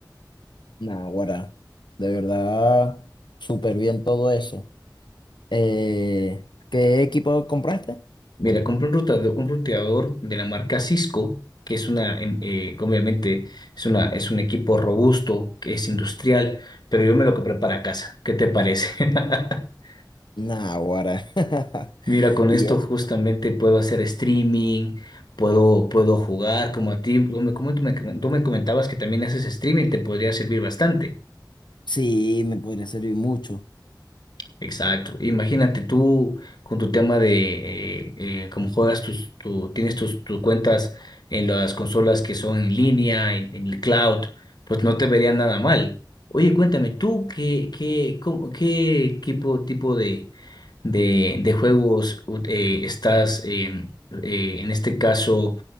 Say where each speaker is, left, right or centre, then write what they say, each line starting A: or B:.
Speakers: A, on the left; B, on the left.
A: Naguará, de verdad, súper bien todo eso. Eh, ¿qué equipo compraste?
B: Mira, compré un ruteador, un ruteador de la marca Cisco, que es una, em, eh, que obviamente, es una, es un equipo robusto, que es industrial, pero yo me lo compré para casa. ¿Qué te parece? <laughs>
A: Naguará. <laughs>
B: Mira, con
A: Y
B: esto
A: eso,
B: justamente puedo hacer streaming, puedo, puedo jugar como a ti, como tú me, tú me comentabas que también haces streaming, te podría servir bastante.
A: sí, me podría servir mucho.
B: Exacto. Imagínate tú con tu tema de eh, eh, cómo juegas tus, tu, tienes tus, tus cuentas en las consolas que son en línea, en, en el cloud, pues no te vería nada mal. Oye, cuéntame, ¿tú qué, qué, cómo- qué tipo, tipo de, de, de juegos u- eh, estás em, eh, en este caso